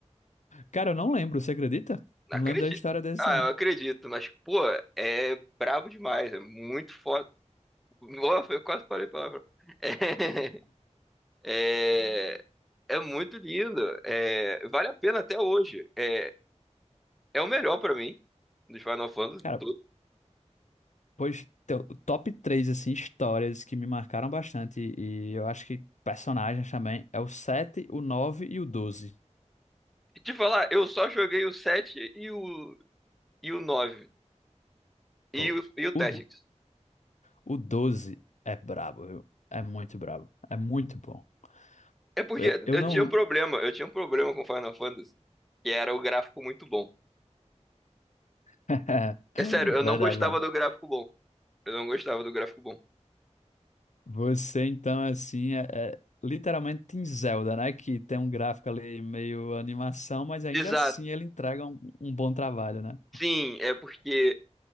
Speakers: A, on the left (about 80°); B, in the centre.
A: Cara, eu não lembro, você acredita?
B: Não
A: Não
B: acredito.
A: lembro da história desse,
B: Ah,
A: não.
B: eu acredito, mas, pô, é brabo demais, é muito foda. Nossa, eu quase falei palavrão. <laughs> É, é, é muito lindo, é, vale a pena até hoje. É, é o melhor pra mim, dos Final Fantasy
A: Cara,
B: todos.
A: Pois, teu- top três assim, histórias que me marcaram bastante, e eu acho que personagens também, é o 7 o 9 e o doze
B: E te falar, eu só joguei o sete e o, e o 9 e
A: Pô,
B: o, e o
A: o,
B: Tactics.
A: o 12 é brabo, viu? É muito brabo. É muito bom.
B: É porque
A: Eu, eu
B: eu
A: não.
B: tinha um problema, eu tinha um problema com Final Fantasy, que era o gráfico muito bom.
A: <laughs>
B: É
A: Verdade,
B: sério, eu não gostava
A: verdade.
B: do gráfico bom. Eu não gostava do gráfico bom.
A: Você, então, assim, é, é literalmente em Zelda, né? Que tem um gráfico ali meio animação, mas ainda
B: exato.
A: assim ele entrega um um bom trabalho, né?
B: Sim, é porque